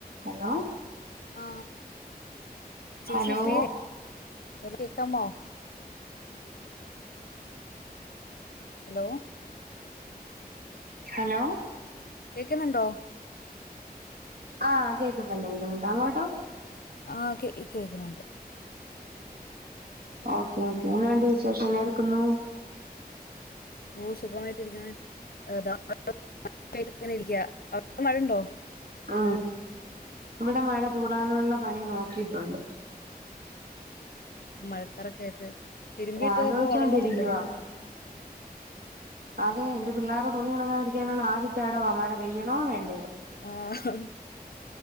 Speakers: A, on the right (about 70°); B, on the left (about 70°).
A: Hello
B: ആ ചേച്ചി
A: hello
B: ഫ്രീയ കേക്കാമോ ഹലോ
A: ഹലോ
B: കേക്കുന്നുണ്ടോ
A: ആ കേക്കുന്നുണ്ട് കെക്കുന്നുണ്ട് അങ്ങോട്ടോ
B: ആ കേ കേക്കുന്നുണ്ട്
A: ഓക്കെ ഓക്കെ എങ്ങനെണ്ട് വിശേഷം എന്നാ എടുക്കുന്നു
B: ഓ സുഖമായിട്ടി ഇരിക്കുന്ന ഏത <unintelligible> ഇരിക്ക മഴുണ്ടോ
A: ഉ ഇവിടെ മഴ തൂടാനുള്ള പണി നോക്കിയിട്ടുണ്ട്
B: മഴക്കറൊക്കെ ആയിട്ട് തിരുമ്പിയിട്ടതൊക്കെ
A: ആലോചിച്ചോണ്ടിരിക്കുവ
B: ഉണങ്ങുന്നുണ്ടോ
A: അതെ എന്റെ പിള്ളേർടെ തുണി ഉണങ്ങാതിരിക്കാനാണ് <unintelligible> മഴ പെയ്യണോ വേണ്ടയോ
B: ആഹ്